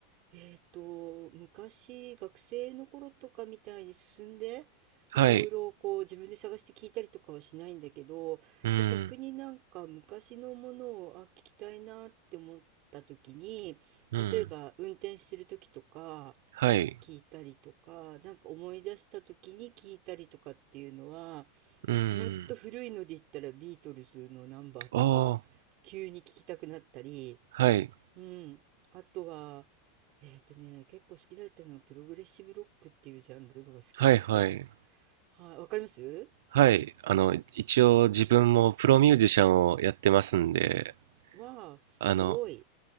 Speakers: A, on the right (about 35°); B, on the right (about 70°).
A: えっと、昔学生の頃とかみたいに進んで、いろいろこう自分で探して聞いたりとかはしないんだけど、
B: はい、うん、
A: 逆になんか昔のものを、あ、聞きたいなって思った時に、
B: うん、
A: 例えば運転してる時とか
B: はい、
A: 聞いたりとか、なんか思い出した時に聞いたりとかっていうのは、
B: うん、
A: ほんと古いので言ったらビートルズのナンバーとか急に聞きたくなったり、
B: ああ、はい、
A: うん、あとはえっとね結構好きだったのはプログレッシブロックっていうジャンルのが好きで
B: はい、はい、
A: <laughs> はい、わかります
B: はい、あの、一応自分もプロミュージシャンをやってますんで、
A: わあすごい
B: あの、